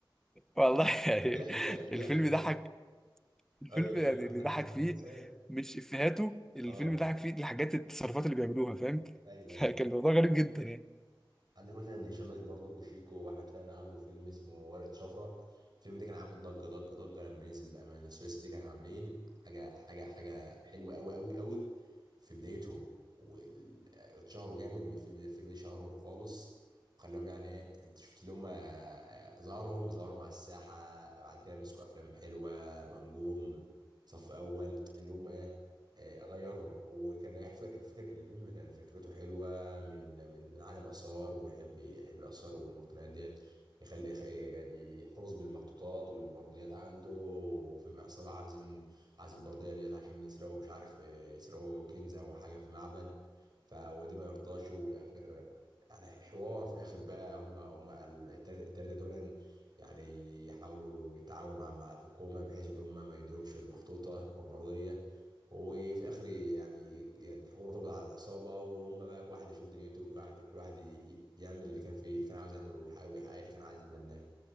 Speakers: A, in the centre; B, on the right.
A: والله يعني
B: ضحك ضحك ضحك
A: الفيلم
B: ضحك
A: ضحك الفيلم
B: ايوه
A: يعني
B: ايوه عندك
A: اللي ضحك
B: عندك
A: فيه
B: مثال
A: مش افيهاته الفيلم
B: اه
A: اللي ضحك فيه الحاجات التصرفات اللي بيعملوها فاهم
B: ايوه
A: <laughs>
B: ايوه
A: كان الموضوع غريب جدا يعني
B: عندك مثلا هشام ماجد برضه وشيكو واحمد فهمي عملوا فيلم اسمه ورقة شفرة الفيلم ده كان عامل ضجة ضجة ضجة لما نزل بأمان الثلاثي دي كان عاملين حاجة حاجة حاجة حلوة أوي أوي أوي في بدايتهم واتشهروا جامد من الفيلم ده الفيلم ده شهرهم خالص وخلاهم يعني ايه انت شفت اللي هم آه، ظهرهم ظهروا مع الساحة بعد كده مسكوا أفلام حلوة منجوم صف أول اللي هم ايه آه، غيرهم وكان نجاح الفكر الفيلم كان فكرته حلوة بقى من من من عالم آثار ويحب يحب الآثار والمقتنيات ديت يخلي يخ- يعني يحتفظ بالمخطوطات والبرديات عنده وفي عصابة عايزين عايز البردية ديت عشان يسرقوا مش عارف إيه، يسرقوا كنز أو حاجة في معبد ف ودي ما يرضاش وفي آخر يعني في حوار في آخر بقى هم هم التلاتة التلاتة دول يعني يحاولوا يتعاونوا مع مع الحكومة بحيث إن هم ما يديرهمش المخطوطة والبردية وفي اخر يعني يعني الحكومه تقبض على العصابه وهم بقى كل واحد يشوف دنيته وكل واحد كل واحد ي- ي- يعمل اللي كان فيه اللي كان عاوز يعمله ويحاول يحقق اللي كان عايز يتمناه